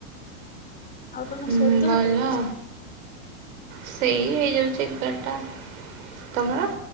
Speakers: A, on the left (about 20°); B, on the right (about 70°).
A: ଆଉ ତମେ
B: ହୁଁ
A: ସୋଉଛ
B: ଭଲ
A: କେତବେଳେ ସବୁ।
B: ସେଇ ହେଇଯାଉଛି ଏଗାରଟା ତମର?